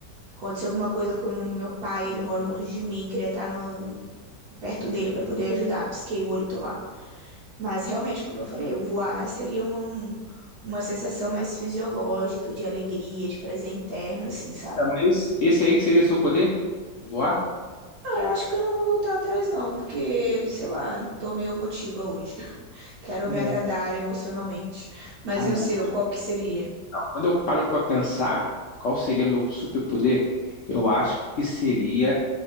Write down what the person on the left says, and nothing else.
Então, esse, esse aí que seria seu poder? Voar?
Uhum.
Ah,
não.
Quando eu,
não, quando eu paro para pensar qual seria meu superpoder, eu acho que seria